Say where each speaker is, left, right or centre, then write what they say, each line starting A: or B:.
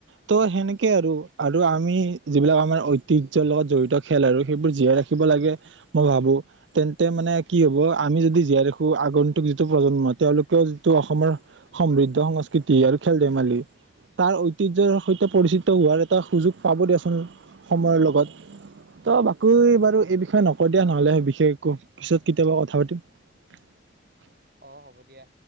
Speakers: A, on the right; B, on the right.
A: ত' সেনেকে আৰু। আৰু আমি যিবিলাক আমাৰ ঐতিহ লগত জড়িত খেল আৰু সেইবোৰ জীয়াই ৰাখিব লাগে মই ভাবো তেন্তে মানে কি হ'ব আমি যদি জীয়াই দেখো আগন্তুক যিটো প্ৰজন্ম তেওঁলোকেও যিটো অসমৰ সমৃদ্ধ সংস্কৃতি আৰু খেল ধে লি তাৰ ঐতিহ্যৰ সৈতে পৰিচিত হোৱাৰ এটা সুযোগ পাব দিয়াচোন সময়ৰ লগত। ত' <unintelligible> বাৰু এই বিষয়ে নকও দিয়া নহ'লে বিশেষ একো পিছত কেতিয়াবা কথা পাতিম। <inaudible>
B: অ', হ'ব দিয়া।